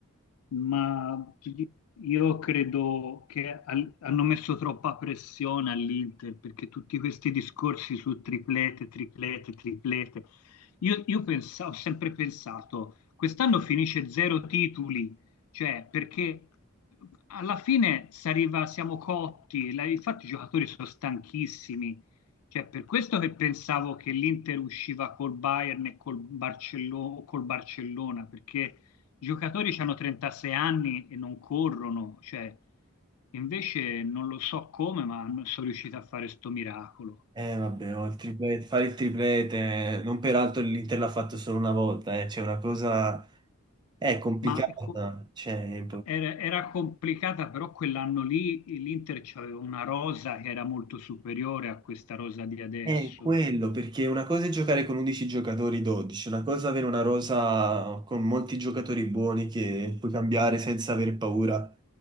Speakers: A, on the left; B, on the right.
A: ma ti di- io credo che al- hanno messo troppa pressione all'Inter perché tutti questi discorsi su triplete, triplete, triplete. Io, io pensa- ho sempre pensato, quest'anno finisce zero titoli, cioè perché alla fine s'arriva- siamo cotti, la- infatti i giocatori sono stanchissimi cioè, per questo che pensavo che l'Inter usciva col Bayern e col, Barcello- col Barcellona, perché i giocatori hanno 36 anni e non corrono, cioè, invece non lo so come, ma non sono riusciti a fare sto miracolo.
B: Eh, vabbè, ho il triplete- fare il triplete, eh, non peraltro l'Inter l'ha fatto solo una volta, eh, c'è una cosa... È complicata,
A: Ma ecco,
B: cioè,
A: era, era complicata, però quell'anno lì l'Inter aveva una rosa che era molto superiore a questa rosa di adesso.
B: È quello, perché una cosa è giocare con 11 giocatori, 12, una cosa è avere una rosa con molti giocatori buoni che puoi cambiare senza aver paura